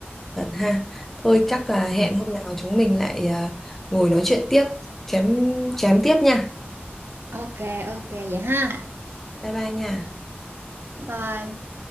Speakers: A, in the centre; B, on the right.
A: Chuẩn ha. Thôi chắc là
B: Ừm,
A: hẹn hôm nào chúng mình lại ờ, ngồi nói chuyện tiếp, chém chém tiếp nha.
B: ok ok vậy ha
A: Bye bye nha.
B: bye bye